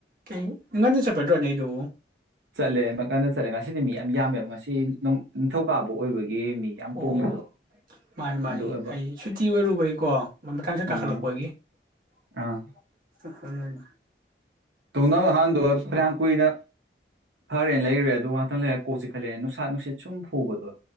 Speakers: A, on the right (about 50°); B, on the right (about 85°).
A: ꯀꯩ ꯉꯟꯅ ꯆꯠꯄ ꯅꯠꯇ꯭ꯔꯣ ꯅꯪꯒꯤꯗꯨꯕꯨ
B: ꯆꯠꯂꯦ ꯑꯃꯨꯛ ꯉꯟꯅ ꯆꯠꯂꯦ ꯉꯁꯤꯗꯤ ꯃꯤ ꯌꯥꯝ ꯌꯥꯝꯃꯦꯕ ꯉꯁꯤ <unintelligible> ꯅꯤꯡꯊꯧꯀꯥꯕ ꯑꯣꯏꯕꯒꯤ ꯃꯤ ꯌꯥꯝ
A: ꯑꯣ
B: ꯇꯣꯡꯕꯗꯣ
A: ꯃꯥꯅꯤ ꯃꯥꯅꯤ
B: ꯑꯗꯨ ꯑꯣꯏꯕ
A: ꯑꯩ ꯁꯨꯇꯤ ꯑꯣꯏꯔꯨꯕꯒꯤꯀꯣ ꯃꯊꯪꯁꯠ ꯀꯥꯈꯠꯂꯛꯄꯒꯤ
B: ꯎꯝ
A: <unintelligible>
B: ꯑꯥ ꯊꯣꯡꯅꯧ ꯍꯥꯟꯗꯣꯑ ꯐꯅꯌꯥꯝ ꯀꯨꯏꯅ ꯐꯔꯦꯅ ꯂꯩꯔꯨꯔꯦ ꯑꯗꯨ ꯉꯥꯛꯇꯪ ꯂꯩꯔ ꯀꯣꯛꯆꯤꯛꯈꯠꯂꯛꯑꯦ ꯅꯨꯡꯁꯥ ꯅꯨꯡꯁꯤꯠ ꯁꯨꯝ ꯐꯨꯕꯗꯣ